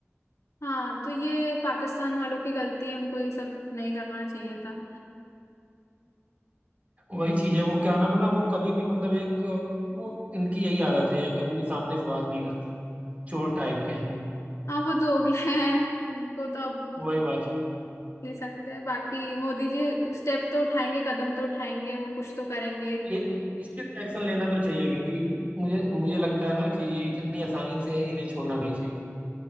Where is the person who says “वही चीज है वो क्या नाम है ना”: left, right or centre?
Right